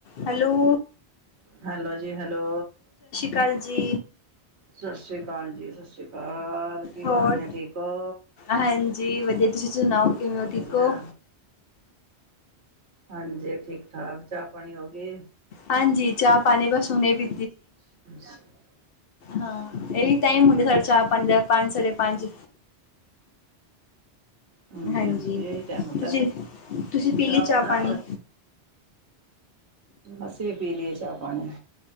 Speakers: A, on the left (about 60°); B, on the right (about 70°).
A: ਹੈਲੋ
B: ਹੈਲੋ ਜੀ ਹੈਲੋ
A: ਕਾਲ ਜੀ।
B: ਸਸ ਸ੍ਰੀ ਅਕਾਲ ਜੀ ਸਸ ਸ਼੍ਰੀ ਅਕਾਲ ਕੀ
A: ਹੋਰ
B: ਹਾਲ ਨੇ ਠੀਕ ਓ।
A: ਹਾਂਜੀ ਵਧੀਆ ਤੁਸੀਂ ਸੁਣਾਓ ਕਿਵੇਂ ਹੋ
B: ਵਧੀਆ
A: ਠੀਕ ਓ?
B: ਹਾਂਜੀ ਠੀਕ-ਠਾਕ ਚਾਹ ਪਾਣੀ ਹੋਗੀ?
A: ਹਾਂਜੀ ਚਾਹ-ਪਾਣੀ ਬਸ ਹੁਣੇ ਪੀ
B: <inaudible>
A: ਹਾਂ, ਏਈ
B: ਅੱਛਾ
A: ਟਾਈਮ ਹੁੰਦੇ ਸਾਡੇ ਚਾਹ ਪਾਣੀ ਦਾ ਪੰਜ, ਸਾਢੇ ਪੰਜ।
B: ਹਾਂਜੀ-ਹਾਂਜੀ
A: ਹਾਂਜੀ
B: ਏਈ ਟੈਮ ਹੁੰਦੈ
A: ਤੁਸੀਂ ਤੁਸੀਂ ਪੀ
B: ਸ਼ਾਮ
A: ਲਈ ਚਾਹ
B: ਦਾ।
A: ਪਾਣੀ
B: ਅਸੀਂ ਵੀ ਪੀ ਲੀਏ ਚਾਹ ਪਾਣੀ